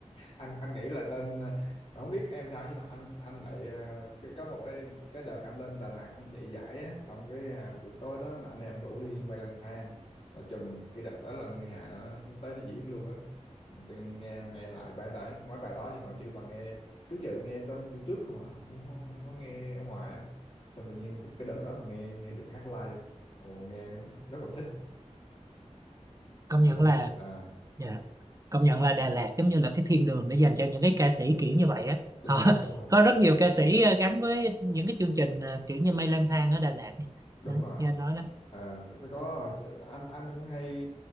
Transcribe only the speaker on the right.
công nhận
là
dạ, công nhận là Đà Lạt giống như là cái thiên đường để dành cho những cái ca sĩ kiểu như vậy á
họ
<laughs>
có rất nhiều ca sĩ ờ, gắn với những cái chương trình ờ, kiểu như Mây Lang Thang ở Đà Lạt
đó,
như anh nói đó